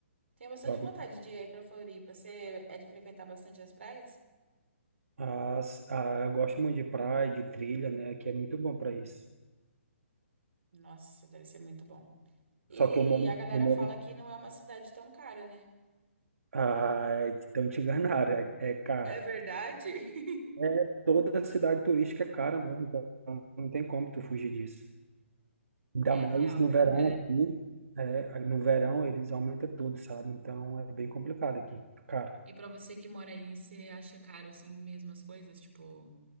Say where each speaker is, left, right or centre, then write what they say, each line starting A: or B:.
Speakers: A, on the right; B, on the right.
A: Tenho bastante
B: Top.
A: vontade de ir aí para Floripa. Você é de frequentar bastante as praias?
B: As, a, eu gosto muito de praia, de trilha, né, que é muito bom para isso.
A: Nossa, deve ser muito bom. E
B: Só que eu moro,
A: a galera
B: eu moro,
A: fala que não é uma cidade tão cara, né?
B: ah, então te enganaram, é, é cara.
A: É verdade?
B: É,
A: <laughs>
B: toda cidade turística é cara, né, então não tem como tu fugir disso. Ainda
A: É
B: mais
A: real,
B: no
A: né?
B: verão
A: Ela é-
B: aqui, é, no verão eles aumentam tudo, sabe? Então é bem complicado aqui. Caro,
A: E pra você que mora aí, você acha caro assim mesmo as coisas? Tipo,